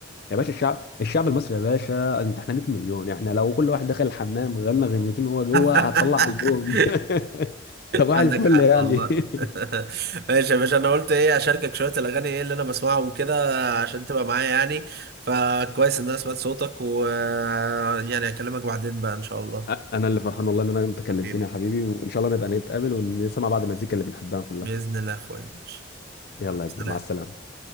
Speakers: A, on the left; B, on the right.
A: يا باشا الشعب الشعب المصري يا باشا انت احنا 100 مليون احنا لو كل واحد دخل الحمام غنى غنوتين وهو جوه
B: <laughs>
A: هتطلع البوم <laughs> صباح
B: عندك
A: الفل
B: حق
A: يعني
B: الله <laughs>
A: <laughs>
B: ماشي يا باشا انا قلت ايه اشاركك شويه الاغاني ايه اللي انا بسمعهم كده عشان تبقى معايا يعني فكويس ان انا سمعت صوتك و يعني اكلمك بعدين بقى ان شاء الله
A: أ- انا اللي فرحان والله ان انا انت كلمتني
B: حبيبي
A: يا حبيبي وان شاء الله نبقى نتقابل ونسمع بعض المزيكا اللي بنحبها كلها
B: باذن الله يا اخويا ماشي
A: يلا يا
B: سلام
A: كبير مع السلامه